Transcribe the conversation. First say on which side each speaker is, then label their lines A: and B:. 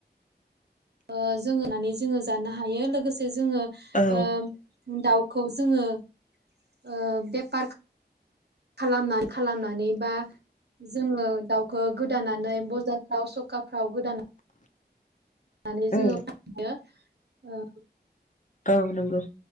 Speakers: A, on the right; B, on the left.
A: ओ जोंङो नुनानै जोङो जानो हायो लोगोसे जोङो ओ
B: औ
A: दाउखौ जोङो ओ बेफार खालामना खालामनानै बा जोङो दाउखौ गोदानानै बजारफ्राव सखाफ्राव गोदानानै होननानै जोङो
B: उम
A: फयो ओ
B: औ नंगौ